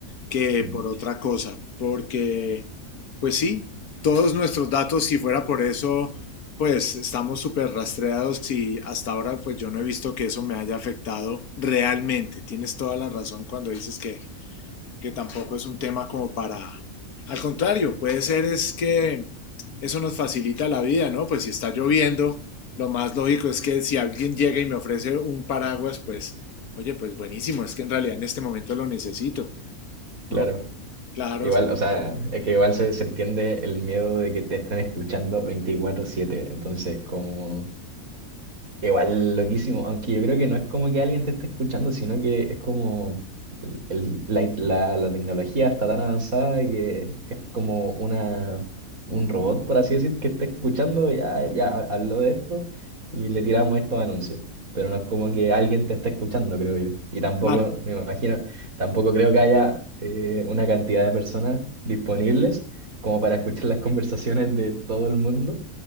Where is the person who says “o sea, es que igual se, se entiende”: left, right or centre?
Right